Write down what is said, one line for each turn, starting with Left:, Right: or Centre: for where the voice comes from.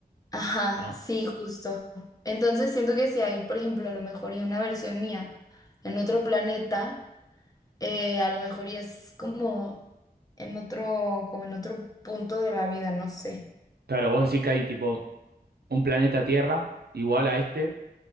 Left: Ajá,
Right: ¿o no?
Left: sí, justo. Entonces siento que si hay, por ejemplo, a lo mejor y una versión mía en otro planeta eh, a lo mejor y es como en otro, como en otro punto de la vida, no sé.
Right: Claro, vos decís que hay tipo un planeta Tierra igual a este